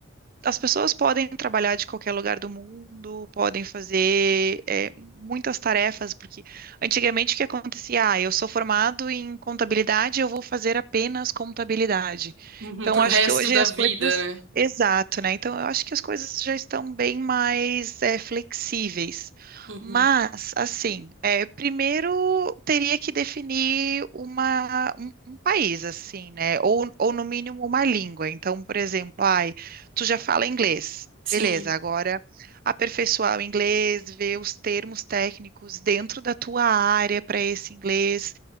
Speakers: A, on the right (about 45°); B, on the right (about 65°).
A: As pessoas podem trabalhar de qualquer lugar do mundo, podem fazer é, muitas tarefas, porque antigamente o que acontecia? Ah, eu sou formado em contabilidade, eu vou fazer apenas contabilidade.
B: Uhum,
A: Então,
B: pro
A: acho
B: resto
A: que hoje
B: da
A: as
B: vida,
A: coisas.
B: né?
A: Exato, né? Então, eu acho que as coisas já estão bem mais é, flexíveis.
B: Uhum,
A: Mas, assim, é, primeiro teria que definir uma, um, um país, assim, né? Ou, ou, no mínimo, uma língua. Então, por exemplo, ai tu já fala inglês.
B: sim.
A: Beleza, agora aperfeiçoar o inglês, ver os termos técnicos dentro da tua área para esse inglês.